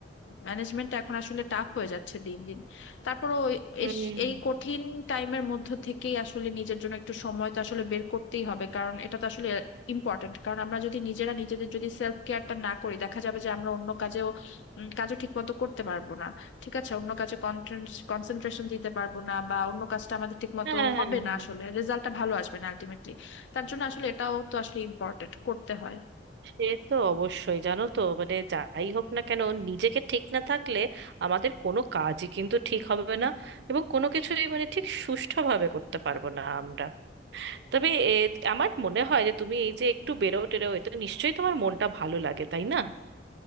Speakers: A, on the left; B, on the right.
A: ম্যানেজমেন্ট এখন আসলে টাফ হয়ে যাচ্ছে দিন দিন তারপরও ওই-
B: হুম
A: এস- এই কঠিন টাইমের মধ্য থেকেই আসলে নিজের জন্য একটু সময় তো আসলে বের করতেই হবে কারণ এটা তো আসলে ইম্পর্টেন্ট কারণ আমরা যদি নিজেরা নিজেদের যদি সেলফ কেয়ারটা না করি দেখা যাবে যে আমরা অন্য কাজেও উম, কাজও ঠিক মতো করতে পারবো না ঠিক আছে অন্য কাজে কনসেন্ট্রেশন দিতে পারবো না বা অন্য কাজটা আমাদের ঠিক মতো
B: হ্যাঁ
A: হবে
B: হ্যাঁ হ্যাঁ
A: না আসলে রেজাল্টটা ভালো আসবে না আলটিমেটলি তার জন্য আসলে এটাও তো আসলে ইম্পর্টেন্ট করতে হয়
B: সে তো অবশ্যই জানো তো মানে যাই হোক না কেন নিজেকে ঠিক না থাকলে আমাদের কোনো কাজই কিন্তু ঠিক হবে না এবং কোনো কিছুই মানে ঠিক সুষ্ঠুভাবে করতে পারবো না আমরা তবে এ, আমার মনে হয় যে তুমি এই যে একটু বেরো টেরো এতে নিশ্চয়ই তোমার মনটা ভালো লাগে তাই না